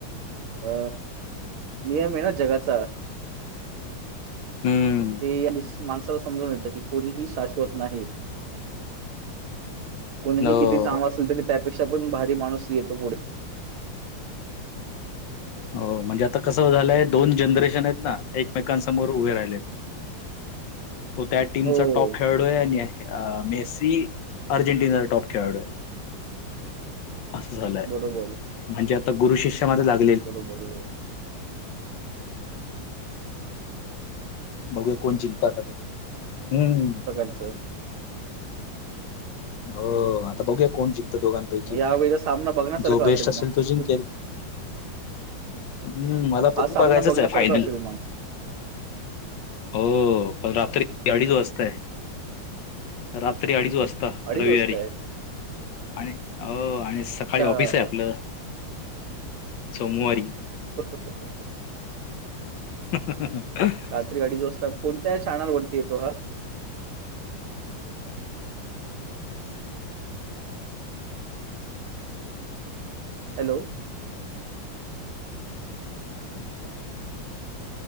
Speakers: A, on the right; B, on the left.
A: अ नियम आहे ना जगाचा
B: हम्म
A: ते माणसाला समजून येतं की कोणीही शाश्वत नाही कोणीही
B: हो
A: किती चांम असेल तरी त्यापेक्षा पण भारी माणूस येतो पुढे
B: हो म्हणजे आता कसं झालंय दोन जनरेशन आहेत ना एक एकमेकांसमोर उभे राहिले तो त्या टीमचा
A: हो.
B: टॉप खेळाडू आहे आणि अ मेसी अर्जेंटिना टॉप खेळाडूय असं झालंय
A: बरोबर,
B: म्हणजे आता गुरु शिष्यामध्ये लाग
A: बरोबर बरोबर
B: बघया कोण जिंकात ते हम्म
A: सर
B: हो आता बघूया कोण जिंकत दोघांना पैकी
A: यावेळेचा सामना बघण्यासारखा
B: जो बेस्ट असेल
A: मग.
B: तो जिंकेल हम्म मला
A: हा
B: पण
A: सामना
B: बघायचंच
A: बघण्यासारखा
B: आहे फायनल
A: असेल मग.
B: हो पण रात्री गाडीच वाजताय रात्री अडीच वाजता
A: अडीच
B: रविवारी
A: वाजता आहे.
B: आणि अ आणि सकाळी
A: अच्छा.
B: ऑफिस आहे आपलं सोमवारी
A: <inaudible>
B: ह
A: रात्री अडीच वाजता कोणत्या छॅनालवररती येतो हा हॅलो